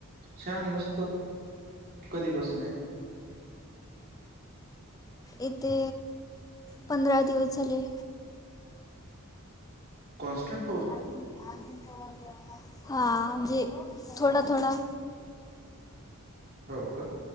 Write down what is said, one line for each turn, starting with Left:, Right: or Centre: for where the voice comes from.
Right: छान मस्त कधी पासन.
Left: येथे पंधरा दिवस झाले.
Right: कॉनस्टंट.
Left: अजून अजून <unintelligible> हा म्हणजे थोडा, थोडा.
Right: हो. का.